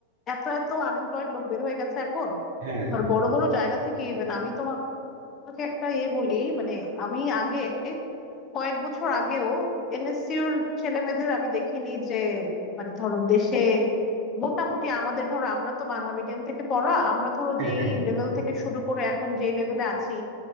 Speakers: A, on the left; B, on the right.
A: এত এত আনএমপ্লয়েড লোক বের হয়ে গেছে এখন
B: হ্যাঁ
A: ধর
B: হ্যাঁ
A: বড় বড় জায়গা থেকে ইভেন আমি তোমাকে একটা এ বলি মানে আমি আগে কয়েক বছর আগেও এনএসসিউর ছেলে মেয়েদের আমি দেখিনি যে মানে ধরো দেশে মোটামুটি আমাদের ধরো আমরা তো বাংলা মিডিয়াম থেকে পড়া আমরা ধরো
B: হ্যাঁ
A: যেই
B: হ্যাঁ
A: লেভেল থেকে শুরু করে এখন যেই লেভেলে আছি